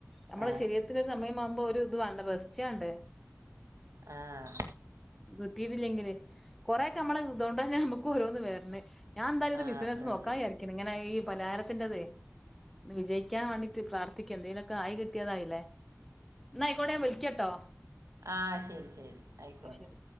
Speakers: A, in the centre; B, on the right.
A: നമ്മളെ
B: ആ
A: ശരീരത്തിന് ഒരു സമയമാവുമ്പോ ഒരു ഇത് വേണ്ടേ റസ്റ്റ് വേണ്ടേ
B: ആഹ്
A: കിട്ടിയിട്ടില്ലെങ്കിലെ കൊറെക്കെ നമ്മള് ഇതൊണ്ടന്നെ നമ്മുക്ക് ഓരോന്ന് വരണേ ഞാൻ എന്തായാലും
B: ആ
A: ബിസിനസ്സ്
B: അതന്നെ
A: നോക്കാന്ന് വിചാരിക്കണ് ഇങ്ങനെ ഈ പലഹാരത്തിന്റേതെ വിജയിക്കാൻ വേണ്ടീട്ട് പ്രാർത്ഥിക്കും എന്തെങ്കിലൊക്കെ ആയി കിട്ടിയതായില്ലേ എന്നാ ആയിക്കോട്ടെ വിളിക്കാട്ടോ
B: ആഹ് ശരി ശരി ആയിക്കോട്ടെ
A: ശരി